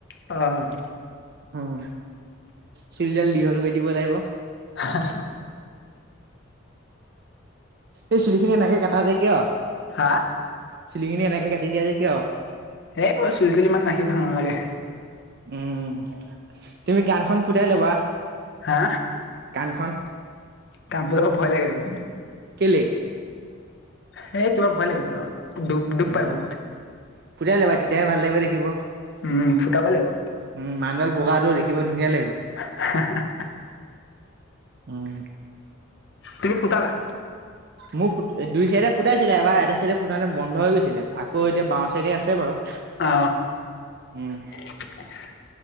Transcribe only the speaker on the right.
উম, চুলিডাল দীঘল কৰি দিব লাগিব।
এই চুলি খিনি এনেকে কাটা যে কিয়?
চুলিখিনি এনেকে কাটি দিয়া যে কিয়?
উম, তুমি কাণখন ফুটাই ল'বা।
কাণখন।
কেলে?
উম।
ফুটাই ল'বা তেতিয়াহে ভাল লাগিব দেখিব।
উম, মানুহডাল বগাটো দেখিব ধুনীয়া লাগিব।
উম।
মোৰ ফু দুই চাইডে ফুটাইছিলে এবাৰ এটা চাইডে ফুটাতে বন্ধ হৈ গৈছিলে আকৌ এতিয়া বাওঁ চাইডে আছে বাৰু।
উম